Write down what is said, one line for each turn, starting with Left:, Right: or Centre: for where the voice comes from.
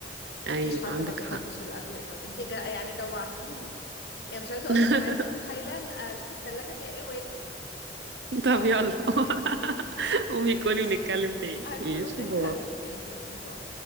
Right: ايوه
Left: مفيش حد
Right: عندك
Left: ما بيحبش
Right: حق
Left: الاكل الايطالي انت جا يعني جوعتيني يعني مش عايزة اقولك
Right: <laughs>
Left: انا عايزة اقوم حالا آه، اشوف التلاجة فيها ايه واكل ف
Right: طب
Left: <laughs>
Right: يلا <laughs> قومي
Left: ماشي
Right: كلي ونتكلم تاني
Left: هاكل
Right: ماشي
Left: ونتكلم
Right: باي
Left: تاني ماشي باي